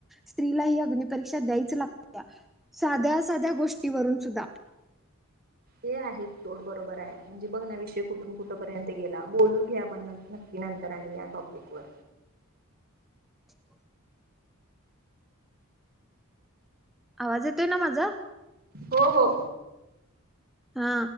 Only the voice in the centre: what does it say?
स्त्रीला ही अग्निपरीक्षा द्यायच लागत्या साध्या साध्या गोष्टीवरून सुद्धा
हो. आवाज येतय ना माझा
हा